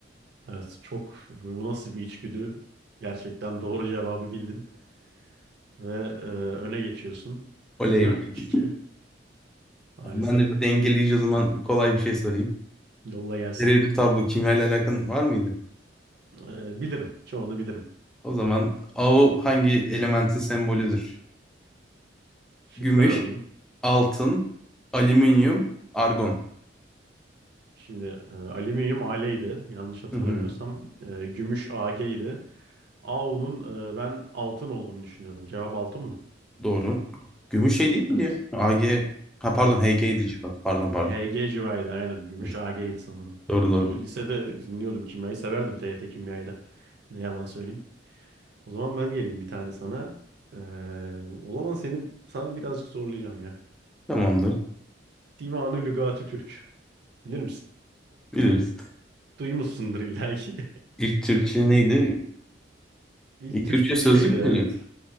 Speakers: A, on the right; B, in the centre.
A: Evet çok bu nasıl bir içgüdü? Gerçekten doğru cevabı bildin. Ve e, öne geçiyorsun.
B: Oley
A: Değil mi?
B: be.
A: Üç iki. maalesef.
B: Tamam, Ben de bir dengeleyici o zaman kolay bir şey sorayım.
A: Yolla gelsin.
B: Periyodik tablo kimyayla alakan var mıydı?
A: E, bilirim. Çoğunu bilirim.
B: O zaman AO hangi elementin sembolüdür?
A: Şıkları
B: Gümüş,
A: alayım.
B: altın, alüminyum, argon.
A: Şimdi e, alüminyum Al'ydi yanlış hatırlamıyorsam.
B: Hı hı,
A: E, gümüş Ag'ydi. Au'nun e, ben altın olduğunu düşünüyorum. Cevap altın mı?
B: doğru. Gümüş şey değil miydi
A: Evet.
B: ya? AG, ha pardon HG'ydi
A: Gümüş
B: civat. Pardon pardon. Pardon.
A: HG civarıydı aynen. Gümüş
B: Evet,
A: Ag'ydi sanırım.
B: Doğru doğru.
A: O, lisede dinliyordum kimyayı. Severdim TYT kimyayı da. Ne yalan söyleyeyim. O zaman ben geleyim bir tane sana. E, o zaman seni sana birazcık zorlayacağım ya.
B: Tamamdır.
A: Divanı Lügati Türk. Bilir misin?
B: Biliriz.
A: Duymuşsundur illa ki. <laughs>
B: İlk Türkçe neydi?
A: İlk
B: Bir
A: Türkçe
B: Türkçe sözlük
A: bir şeydi evet.
B: müydü?